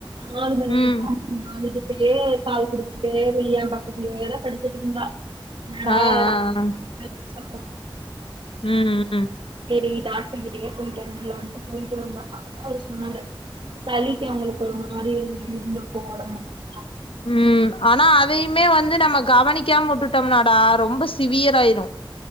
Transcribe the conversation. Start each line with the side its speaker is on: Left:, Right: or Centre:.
Right: நாலு மணி வரிக்கு
Left: ம்
Right: <unintelligible> ஆகுதே அப்டியே பால் குடிச்சிட்டே வெளிய எ பக்கதுலேயேதா படுத்துட்டு இருந்தா <unintelligible>
Left: ஆ ஆ ஆ
Right: அப்பா
Left: ம் ம் ம்
Right: செரி டாக்டர் கிட்டியே போயிட்டு வந்தர்லான்டு போயிட்டு வந்தோ அப்பதா அவரு சொன்னாரு சளிக்கு அவங்களுக்கு ஒரு மாரி இரு இருந்திருக்கு உடம்பெல்லா
Left: உம் ஆனா அதையுமே வந்து நமக் கவனிக்காம வுட்டுட்டோம்னாடா ரொம்ப சிவியர் ஆயிரும்